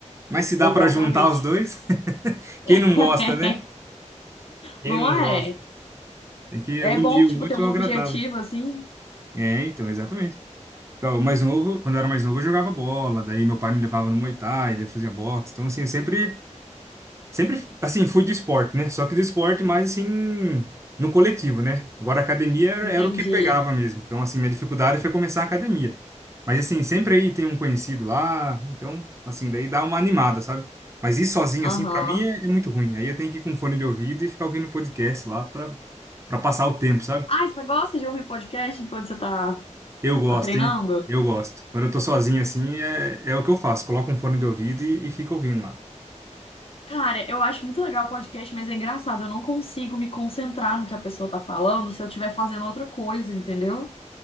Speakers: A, on the right (about 25°); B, on the left (about 50°).
A: mas se
B: exatamente.
A: dá pra juntar os dois, <laughs> quem
B: <laughs>
A: não gosta, né? Quem
B: Não
A: não gosta?
B: é?
A: Tem que
B: É
A: unir
B: bom, tipo,
A: o útil
B: ter um
A: ao
B: objetivo,
A: agradável.
B: assim.
A: É, então, exatamente. Então, o mais novo, quando eu era mais novo, eu jogava bola, daí meu pai me levava no Muay Thai, daí eu fazia boxe. Então, assim, eu sempre Sempre, assim, fui do esporte, né? Só que do esporte mais, assim, no coletivo, né? Agora, a academia era,
B: Entendi.
A: era o que pegava mesmo. Então, assim, minha dificuldade foi começar a academia. Mas, assim, sempre aí tem um conhecido lá. Então, assim, daí dá uma animada, sabe? Mas ir sozinho,
B: Aham.
A: assim, pra mim é, é muito ruim. Aí eu tenho que ir com fone de ouvido e ficar ouvindo podcast lá pra, pra passar o tempo, sabe?
B: Ah, você gosta de ouvir podcast enquanto você tá,
A: Eu gosto,
B: tá treinando?
A: hein? Eu gosto. Quando eu tô sozinho, assim, é, é o que eu faço. Coloco um fone de ouvido e, e fico ouvindo lá.
B: Cara, eu acho muito legal o podcast, mas é engraçado, eu não consigo me concentrar no que a pessoa tá falando se eu estiver fazendo outra coisa, entendeu?